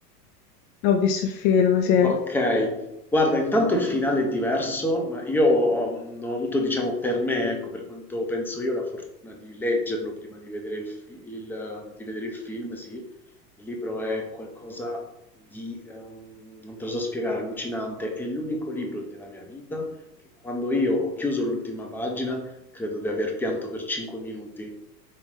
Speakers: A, on the left (about 60°); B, in the centre.
A: Ho visto il film, sì. Eh,
B: Okay, guarda intanto il finale è diverso, ma io ho, mhmm, ho avuto diciamo per me, ecco, per quanto penso io, la fortuna di leggerlo prima di vedere il fi il eh, di vedere il film, sì. Il libro è qualcosa di, ehm, non te lo so spiegare, allucinante. È l'unico libro della mia vita che quando io ho chiuso l'ultima pagina, credo di aver pianto per 5 minuti.